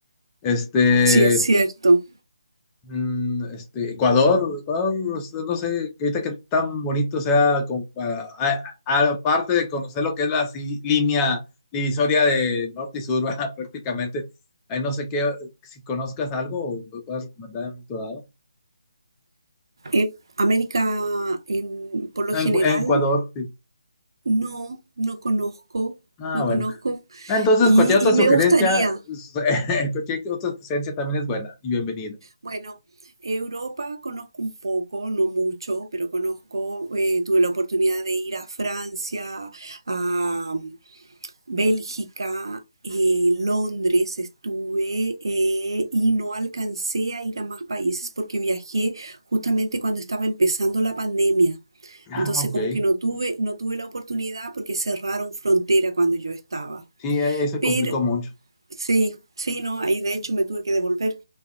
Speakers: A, on the left; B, on the right.
A: Este,
B: Sí, es cierto.
A: mm, este, Ecuador, Ecuador, o sea, no sé, que ahorita que tan bonito sea, como para- a- a- aparte de conocer lo que es la si- línea divisoria de norte y sur, <laughs> ¿verdad? prácticamente, ahí no sé qué, si conozcas algo o me puedas recomendar en tu lado.
B: Eh, América, en- por lo
A: Ah, En,
B: general,
A: Cu- en Ecuador, sí.
B: no, no conozco,
A: Ah,
B: no
A: bueno.
B: conozco.
A: Ah, Entonces,
B: Y,
A: cualquier otra
B: y
A: sugerencia,
B: me gustaría,
A: <laughs> cualquier otra sugerencia también es buena y bienvenida.
B: Bueno, Europa conozco un poco, no mucho, pero conozco, eh, tuve la oportunidad de ir a Francia, a mm, Bélgica, eh, Londres estuve eh, y no alcancé a ir a más países porque viajé justamente cuando estaba empezando la pandemia.
A: Ah,
B: Entonces
A: ok.
B: como que no tuve, no tuve la oportunidad porque cerraron frontera cuando yo estaba.
A: Sí, ahí se
B: Pero
A: complicó mucho.
B: Sí, sí, no, ahí de hecho me tuve que devolver,